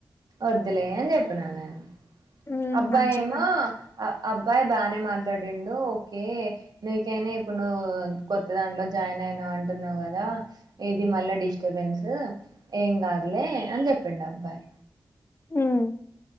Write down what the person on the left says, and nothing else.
హ్మ్.
మంచి
పని.
ఉహ్